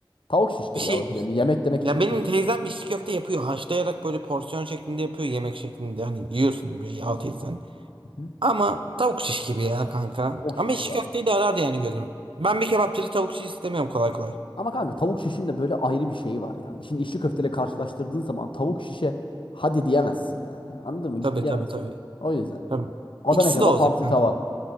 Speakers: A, on the left (about 75°); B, on the right (about 85°).
A: Tavuk şiştir
B: bir şeydir.
A: ya. o yeme- Yemek demek
B: Ya
A: için tavuk,
B: benim teyzem içli köfte yapıyor haşlayarak böyle porsiyon şeklinde yapıyor yemek şeklinde hani yiyorsun böyle altı 7
A: Hı hı.
B: Ama tavuk şiş gibi ya kanka.
A: tavuk
B: Ama
A: şiştir
B: şiş
A: abi.
B: köfteyi de arar yani gözüm. Ben bir kebapçıda tavuk şiş istemiyorum kolay kolay.
A: Ama kanka tavuk şişin de böyle ayrı bir şeyi var yani. Şimdi içli köfteyle karşılaştırdığın zaman tavuk şişe hadi diyemezsin yani. Anladın mı?
B: Tabii
A: Git diyemezsin.
B: tabii tabii.
A: O yüzden.
B: Tabii.
A: Adana
B: İkisi
A: kebap
B: de olacak
A: hamsi
B: kanka.
A: tava.